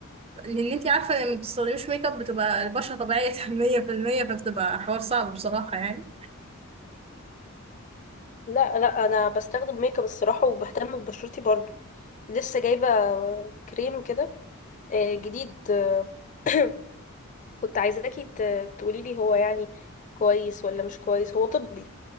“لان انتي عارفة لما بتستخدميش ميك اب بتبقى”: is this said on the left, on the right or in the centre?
Right